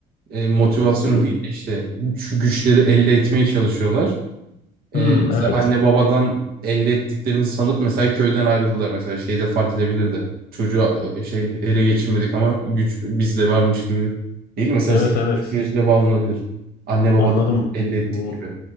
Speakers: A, on the right; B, on the left.
A: e, motivasyonu
B: Hı hı.
A: değil de işte şu güçleri elde etmeye çalışıyorlar.
B: Hmm,
A: E, mesela
B: evet.
A: anne babadan elde ettiklerini sanıp mesela köyden ayrıldılar mesela şeyde fark edebilirdi. Çocuğu e, şey ele geçirmedik ama güç bizde varmış gibi değil mi? Mesela
B: Evet
A: senin
B: evet.
A: güçle bağlanabilir. Anne babadan
B: Anladım.
A: elde ettik
B: Bu
A: gibi.